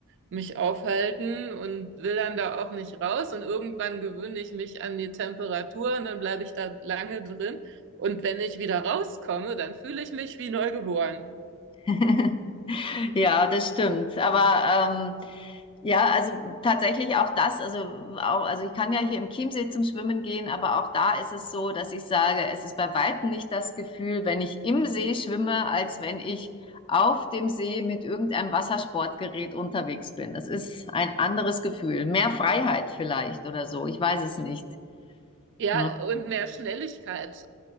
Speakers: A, on the right; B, on the left.
A: mich aufhalten und will dann da auch nicht raus. Und irgendwann gewöhne ich mich an die Temperatur und dann bleibe ich da lange drin. Und wenn ich wieder rauskomme, dann fühle ich mich wie neugeboren.
B: <laughs> Ja, das stimmt. Aber ähm, ja, also tatsächlich auch das, also auch, also ich kann ja hier im Chiemsee zum Schwimmen gehen, aber auch da ist es so, dass ich sage, es ist bei weitem nicht das Gefühl, wenn ich im See schwimme, als wenn ich auf dem See mit irgendeinem Wassersportgerät unterwegs bin. Das ist ein anderes Gefühl. Mehr Freiheit vielleicht oder so. Ich weiß es nicht.
A: Ja,
B: Hm.
A: und mehr Schnelligkeit,